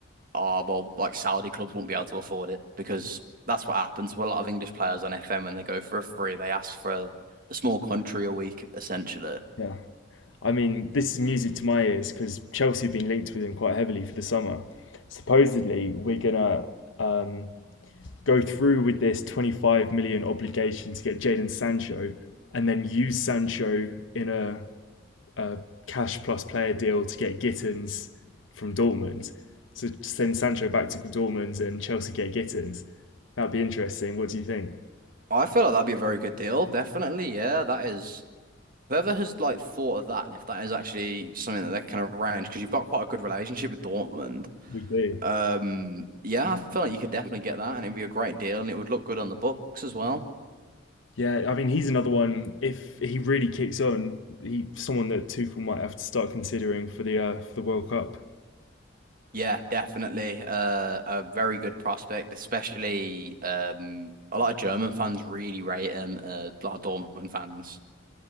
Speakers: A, on the right; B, on the left.
A: oh, well, like Saudi clubs won't be able to afford it because that's what happens to a lot of English players on FM when they go for a free. They ask for a, a small country a week, essentially.
B: yeah. I mean, this is music to my ears because Chelsea have been linked with him quite heavily for the summer. Supposedly, we're gonna um, go through with this 25 million obligation to get Jadon Sancho, and then use Sancho in a, a cash plus player deal to get Gittins from Dortmund. So send Sancho back to Dortmund and Chelsea get Gittins. That'd be interesting. What do you think?
A: I feel like that'd be a very good deal, definitely. Yeah, that is. Whoever has like thought of that, and if that is actually something that they can arrange, because you've got quite a good relationship with Dortmund.
B: We do.
A: Um, yeah, I feel like you could definitely get that, and it'd be a great deal, and it would look good on the books as well.
B: Yeah, I mean he's another one. If he really kicks on, he someone that Tuchel might have to start considering for the uh, for the World Cup.
A: Yeah, definitely. Uh, a very good prospect, especially um, a lot of German fans really rate him. Uh, a lot of Dortmund fans.